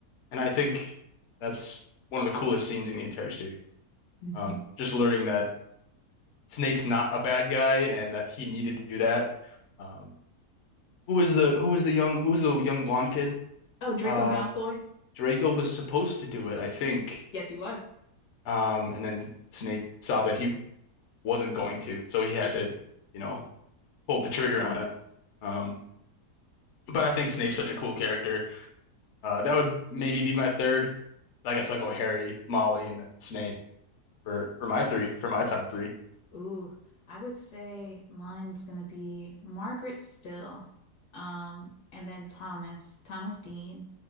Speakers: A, on the left (about 55°); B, on the left (about 75°).
A: and I think that's one of the coolest scenes in the entire series.
B: hmm
A: Um, just learning that Snape's not a bad guy and that he needed to do that. Um, who was the who was the young who was the young blonde kid?
B: Oh, Draco
A: Uh,
B: Malfoy.
A: Draco was supposed to do it, I think.
B: Yes, he was.
A: Um, and then Snape saw that he wasn't going to, so he had to, you know, pull the trigger on it. Um, but I think Snape's such a cool character. Uh, that would maybe be my third. Like, I guess I'll go Harry, Molly, and then Snape for for my three for my top three.
B: Ooh, I would say mine's gonna be Margaret Still, um, and then Thomas, Thomas Dean,